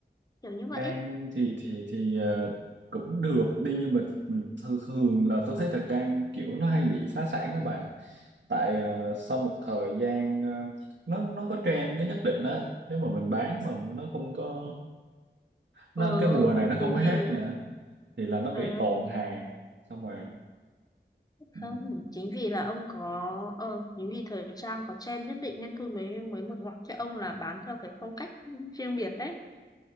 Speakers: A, on the left (about 20°); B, on the right (about 75°).
A: kiểu như vậy
B: trang
A: ấy
B: thì thì thì ờ, cũng được đi nhưng mà thường thường là tôi thấy thời trang kiểu nó hay bị phá sản đó bà tại ờ, sau một thời gian ờ, nó nó có trend cái nhất định á nếu mà mình bán mà nó không có nó
A: ờ
B: cái mùa này
A: thì
B: nó
A: chính
B: không có hết
A: vì
B: nữa
A: nhá
B: thì là nó bị
A: ờ
B: tồn hàng xong rồi ừ,
A: không chính vì là ông có ờ, chính vì thời trang có trend nhất định nên tôi mới mới mở ngoặc cho ông là bán theo cái phong cách riêng biệt đấy